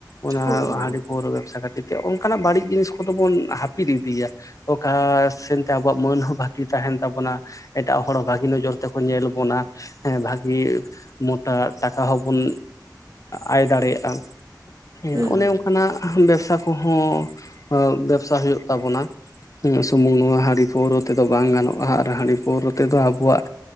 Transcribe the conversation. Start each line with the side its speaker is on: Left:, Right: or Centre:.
Left: ᱚᱱᱟ
Right: ᱦᱳᱭ ᱦᱳᱭ
Left: ᱦᱟᱺᱰᱤ ᱯᱟᱹᱣᱨᱟᱹ ᱵᱮᱵᱥᱟ ᱠᱷᱟᱹᱛᱤᱨ ᱛᱮ ᱚᱱᱠᱟᱱᱟᱜ ᱵᱟᱹᱲᱤᱡ ᱡᱤᱱᱤᱥ ᱠᱚᱫᱚ ᱵᱚᱱ ᱦᱟᱹᱯᱤᱫ ᱤᱫᱤᱭᱟ᱾ ᱚᱠᱟ ᱥᱮᱱᱛᱮ ᱟᱵᱚᱣᱟᱜ ᱢᱟᱹᱱ ᱦᱚᱸ ᱵᱷᱟᱹᱜᱤ ᱛᱟᱦᱮᱱ ᱛᱟᱵᱚᱱᱟ᱾ ᱮᱴᱟᱜ ᱦᱚᱲ ᱵᱷᱟᱹᱜᱤ ᱱᱚᱡᱚᱨ ᱛᱮᱠᱚ ᱧᱮᱞ ᱵᱚᱱᱟ᱾ ᱦᱮᱸ ᱵᱷᱟᱜᱤ ᱢᱚᱴᱟ ᱴᱟᱠᱟ ᱦᱚᱸᱵᱚᱱ ᱟᱭ ᱫᱟᱲᱮᱭᱟᱜᱼᱟ ᱦᱮᱸ
Right: ᱦᱩᱸ
Left: ᱚᱱᱮ ᱚᱱᱠᱟᱱᱟᱜ ᱵᱮᱵᱥᱟ ᱠᱚᱦᱚᱸ ᱵᱮᱵᱥᱟ ᱦᱩᱭᱩᱜ ᱛᱟᱵᱚᱱᱟ ᱥᱩᱢᱩᱝ ᱱᱚᱣᱟ ᱦᱟᱺᱰᱤ ᱯᱟᱹᱣᱨᱟᱹ ᱛᱮᱫᱚ ᱵᱟᱝ ᱜᱟᱱᱚᱜ ᱟᱨ ᱦᱟᱺᱰᱤ ᱯᱟᱹᱣᱨᱟᱹ ᱛᱮᱫᱚ ᱟᱵᱚᱣᱟᱜ